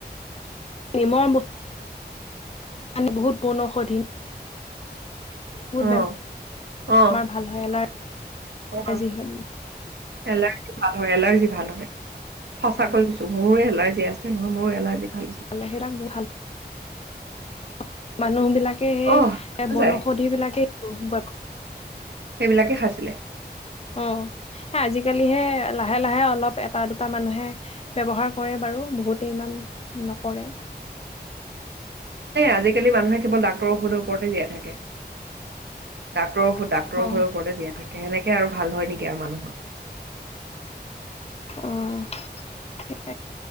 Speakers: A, on the left; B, on the right.
A: মই বহুত পান বহুত বনৌষধীন বহুত
B: অ
A: বেমাৰ
B: অ
A: <inaudible> ভাল হয়। এলাৰ
B: অ
A: <inaudible>
B: এলাৰ্জি ভাল হয়, এলাৰ্জি ভাল হয়। সঁচাকৈ কৈছো, মোৰো এলাৰ্জি আছে নহয় মোৰো এলাৰ্জি ভাল হৈছে
A: হ সেইবাক ভাল <inaudible> মানুহ বিলাক সেই
B: অহ
A: এ বনৌষধি
B: যায়
A: বিলাকে। <unintelligible>
B: সেইবিলাকে খাইছিলে।
A: অ'। আজিকালিহে লাহে-লাহে অলপ এটা দুটা মানুহে ব্যৱহাৰ কৰে বাৰু, বহুত গো ইমান নকৰে।
B: আজিকালি মানুহে কেৱল ডাক্তৰৰ ঔষধৰ ওপৰতে জীয়াই থাকে। ডাক্তৰৰ
A: অ
B: হৈ ওপৰতে জীয়াই থাকে সেনেকে আৰু ভাল হয় নেকি আৰু মানুহৰ?
A: অ', সেয়াই।